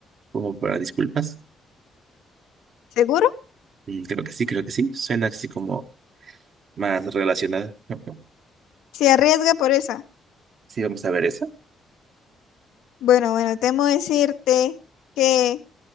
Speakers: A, on the right; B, on the left.
A: como para disculpas.
B: ¿Seguro?
A: Mm, Creo que sí, creo que sí. Suena así como más relacionada. <laughs>
B: ¿Se arriesga por esa?
A: Sí, vamos a ver eso.
B: Bueno, bueno, temo decirte que